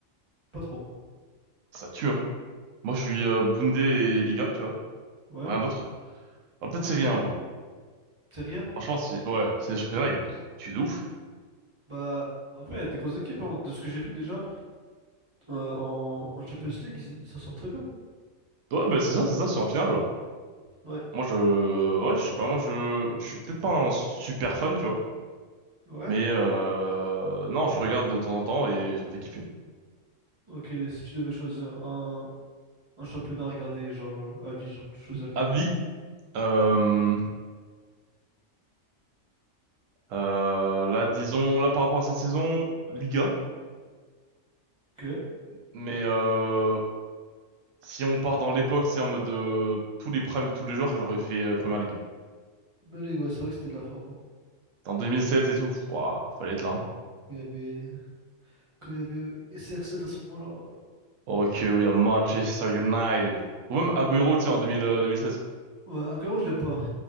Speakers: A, on the right (about 25°); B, on the right (about 75°).
A: Pas trop,
B: Ça tue, hein. Moi, je suis euh, Bunde et Liga, tu vois.
A: ouais.
B: Rien d'autre. Ah, peut-être Serie A un peu.
A: Serie A?
B: Franchement, c'est, ouais, c'est les championnats, ils tuent de ouf.
A: Bah, en vrai, il y a des grosses équipes, hein, de ce que j'ai vu déjà, euh, en, en Champions League, ils ils s'en sortent très bien.
B: Ouais, ben c'est ça, c'est ça, c'est en finale, là.
A: Ouais.
B: Moi, je, ouais, je sais pas, moi, je, je suis peut-être pas un super fan, tu vois.
A: Ouais,
B: Mais, euh, non, je regarde de temps en temps et ça me fait kiffer.
A: Ok, si tu devais choisir un, un championnat à regarder, genre euh, à vie, genre tu choisirais lequel?
B: Avis, euh, euh, là, disons, là, par rapport à cette saison, Liga,
A: Ok.
B: mais euh, si on part dans l'époque, c'est en mode de tous les primes de tous les joueurs, j'aurais fait euh, Première Ligue.
A: Ben les gars, c'est vrai que c'était de la frappe. hein.
B: En 2007 et tout, pff, ouah, fallait
A: Ouais.
B: être là. hein.
A: Quand il y avait, quand il y avait euh, SR7 à ce moment-là. oh là là.
B: Ok, oui, à Manchester United. Ou même Agüero, tu sais, en 2000, euh, deux mille seize
A: Ouais, Agüero, je l'aime pas. Je